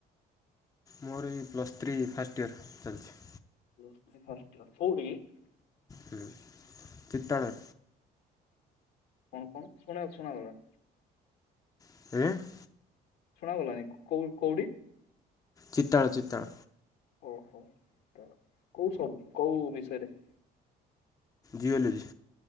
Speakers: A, on the left; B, on the left.
A: ମୋର ଏଇ ପ୍ଲସ୍ ଥ୍ରୀ ଫାଷ୍ଟ ଇୟରର୍ ଚାଲିଛି।
B: ବେସି କଷ୍ଟ କଉଠି କି?
A: ହୁଁ ଚିତଳ।
B: କଣ କଣ ଶୁଣିବା ଶୁଣାାଗଲା।
A: ଏପି
B: ଶୁଣାଗଲାନି କୋଉ କୋଉଠି
A: ଚିତଳ ଚିତଳ
B: ଓହୋ କୋଉ ସବୁ କୋଉ ବିଷୟରେ?
A: ଜିଓଲୋଜି।